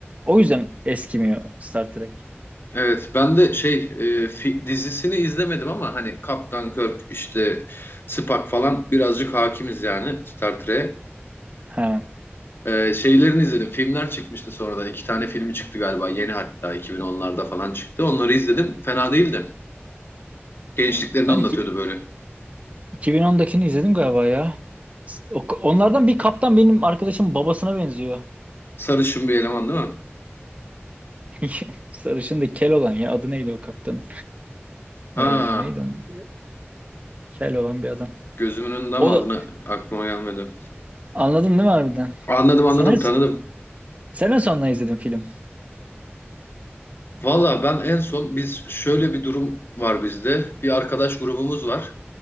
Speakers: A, on the right (about 35°); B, on the left (about 60°).
A: O yüzden eskimiyor Star Trek.
B: Evet, ben de şey e, fi- dizisini izlemedim ama hani Kaptan Kirk işte Spock falan birazcık hakimiz yani Star Trek'e.
A: Ha.
B: E, şeylerini izledim. Filmler çıkmıştı sonradan. iki tane filmi çıktı galiba. Yeni hatta 2010'larda falan çıktı. Onları izledim. Fena değildi. Gençliklerini
A: Ben
B: anlatıyordu
A: iki,
B: böyle.
A: 2010'dakini izledim galiba ya. O- Onlardan bir kaptan benim arkadaşım babasına benziyor.
B: Sarışın bir eleman değil mi?
A: <laughs> Sarışın da kel olan ya. Adı neydi o kaptan?
B: Ha,
A: Ee, neydi onun? adı ya? Kel olan bir adam.
B: gözümün önünde ama
A: O da
B: adını aklıma gelmedi.
A: anladın değil mi harbiden?
B: Anladım anladım
A: Sene,
B: tanıdım.
A: sene sonuna izledim film.
B: Valla ben en son biz şöyle bir durum var bizde. Bir arkadaş grubumuz var